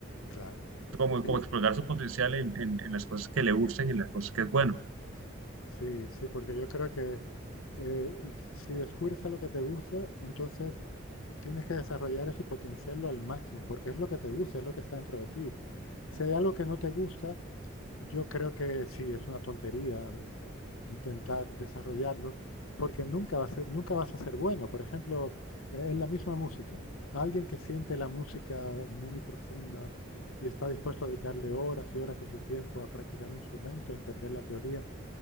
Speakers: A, on the left; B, on the right.
A: claro.
B: Como,
A: Sí,
B: como explotar su potencial en, en en las cosas que le gustan y en las cosas que es bueno.
A: sí, sí, porque yo creo que eh, l- si descubres algo que te gusta, entonces tienes que desarrollar eso y potenciarlo al máximo, porque es lo que te gusta, es lo que está dentro de ti. Si hay algo que no te gusta, Yo creo que sí, es una tontería eh, intentar desarrollarlo, porque nunca, vas a ser- nunca vas a ser bueno. Por ejemplo, eh, en la misma música, alguien que siente la música muy profunda y está dispuesto a dedicarle horas y horas de su tiempo a practicar un instrumento, a entender la teoría,